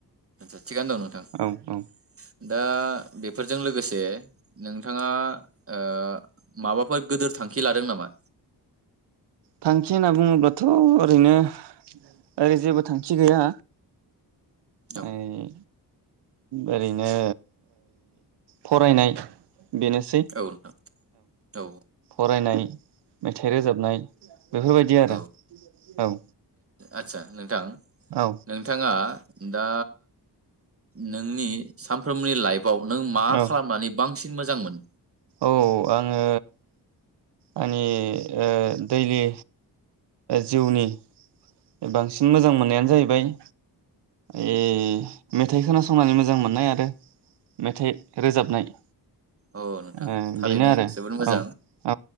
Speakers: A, on the right (about 35°); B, on the right (about 80°).
A: आदसा थिगानो दं नोंथां
B: औ औ
A: दा बे फोरजों लोगोसे नों नोंथाङा ओ माबाफोर गोदोर थांखि लादों नामा?
B: थांखि होनना बुङोब्लाथ' ओरैनो ओरै जेबो थांखि गैया।
A: औ
B: ओयै ओरैनो फरायनाय बेनोसै
A: औ नोंथां औ
B: फरायनाय मेथाइ रोजाबनाय बेफोरबायदि आरो
A: औ
B: औ
A: आदसा नोंथां
B: औ
A: नोंथाङा दा नोंनि सानफ्रोमनि लाइफ नों मा
B: औ
A: खालामनानै बांसिन मोजां मोन
B: औ आङो आंनि दैलि जिउनि बांसिन मोजां मोननायानो जाहैबाय ए मेथाइ खोनासंनानै मोजां मोननाय आरो मेथाइ रोजाबनाय
A: औ नोंथां
B: ओ
A: थारैनो
B: बेनो आरो
A: जोबोद मोजां
B: औ